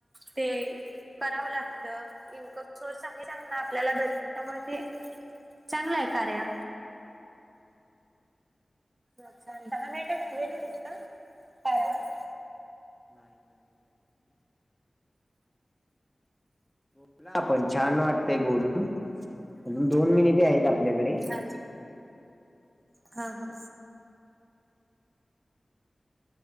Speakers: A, on the right; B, in the centre.
A: ते, कराव लागत इन्कम सोर्स आहे चांगला आपल्याला भेटत त्यामुळे ते चांगल आहे कार्या. अच्छा दहा मिनटे झालेले आहे वाटत कार्यावर.
B: नाही -नाही. झालेली बोला पण छान वाटतय बोलून. अजून दोन मिनिटे आहेत आपल्याकडे.
A: अच्छा हा हा